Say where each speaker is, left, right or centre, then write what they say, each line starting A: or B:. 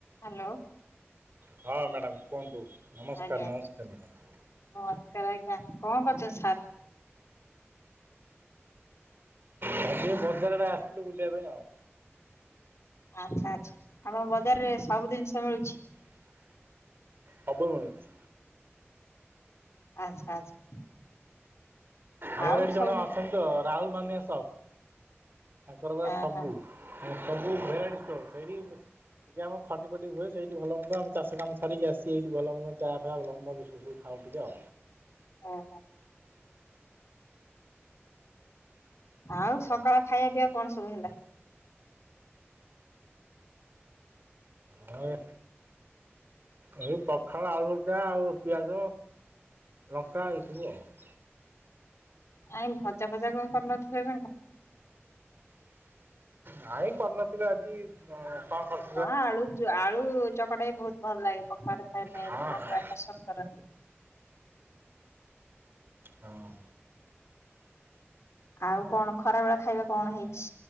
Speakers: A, on the left; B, on the right.
A: Hello.
B: ହଁ madam କୁହନ୍ତୁ ନମସ୍କାର
A: ଆଜ୍ଞା
B: ନମସ୍କାର ମ୍ୟାଡ଼ାମ୍।
A: ନମସ୍କାର ଆଜ୍ଞା କଣ କରୁଛନ୍ତି ସାର୍?
B: ଆଜି ବଜାର ଆଡେ ଆସିଥିଲୁ ବୁଲିବା ପାଇଁ ଆଉ।
A: ଆଚ୍ଛା ଆଚ୍ଛା ଆପଣ ବଜାରରେ ସବୁ ଦିନିଷ ମିଳୁଛି।
B: ସବୁ ମିଳୁଛି।
A: ଆଚ୍ଛା ଆଚ୍ଛା।
B: ଆମର
A: ଆଉ
B: ଏଠି ଜଣେ
A: ସବୁ
B: ଅଛନ୍ତି ତ ରାହୁଲ ମାନ୍ୟ ସପ୍ ତାଙ୍କର ବା
A: ହଁ
B: ସବୁ।
A: ହଁ
B: ହଁ ସବୁ ଭେରାଇଟି ଷ୍ଟୋର ସେଇଡି ଏଠି ଆମ ଖଟି ଫଟି ହୁଏ ସେଇଠି ଭଲ ମନ୍ଦ ଆମ ଚାଷ କାମ ସାରିକି ଆସି ଏଇଠି ଭଲ ମନ୍ଦ ଚା ଫା ଭଲ ମନ୍ଦ ବୁଝୁ। ଆଉ କି ଜ
A: ଓହୋ। ଆଉ ସକାଳ ଖାଇବା ପିଇବା କଣ ସବୁ ହେଲା?
B: ହ ଏ ଏଇ ପଖାଳ ଆଳୁଭର୍ତା ଆଉ ପିଆଜ ଲଙ୍କା ଏଇ ସବୁ ଆଉ।
A: ଆଇମ୍ ଭଜା ଫଜା କଣ କରିନଥିଲେ ନା କ
B: ନାଇଁ କରିନଥିବେ ଆଜି। ହଁ କଣ କଲ୍
A: ହଁ ଆଳୁ ଯୋ ଆଳୁ ଚକଟା ବି ବହୁତ ଭଲ ଲାଗେ ପଖାଳରେ ଖାଇବା ପାଇଁ
B: ହଁ
A: ଲୋକ
B: ହଁ
A: ପ୍ରାୟ ପସନ୍ଦ କରନ୍ତି।
B: ହଁ।
A: ଆଉ କଣ ଖରା ବେଳ ଖାଇବା କଣ ହେଇଛି